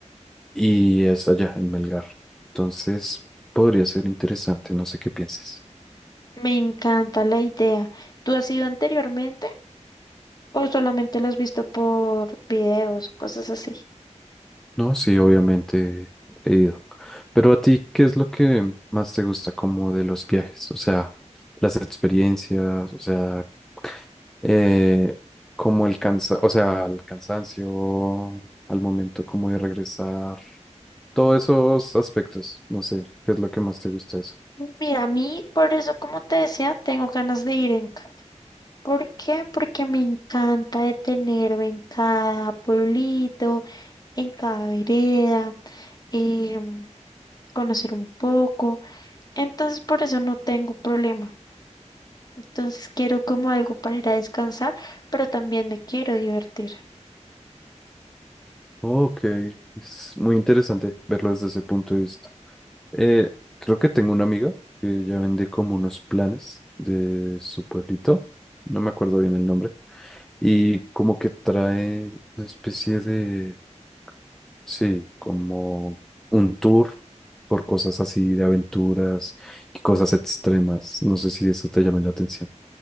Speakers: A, in the centre; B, on the left (about 35°).
A: Y es allá, en Melgar. Entonces, podría ser interesante, no sé qué pienses.
B: Me encanta la idea. ¿Tú has ido anteriormente o solamente lo has visto por videos, o cosas así?
A: No, sí, obviamente he ido. Pero a ti, ¿qué es lo que más te gusta como de los viajes? O sea, las experiencias, o sea, eh, como el cansa, o sea, el cansancio, al momento como de regresar. Todos esos aspectos, no sé, ¿qué es lo que más te gusta de eso?
B: Mira, a mí, por eso, como te decía, tengo ganas de ir en carro ¿Por qué? Porque me encanta detenerme en cada pueblito, en cada vereda, em, conocer un poco. Entonces por eso no tengo problema. Entonces quiero como algo para ir a descansar, pero también me quiero divertir.
A: Ok, es muy interesante verlo desde ese punto de vista. Eh, creo que tengo una amiga que ella vende como unos planes de su pueblito, no me acuerdo bien el nombre, y como que trae una especie de, sí, como un tour por cosas así de aventuras y cosas extremas. No sé si eso te llama la atención.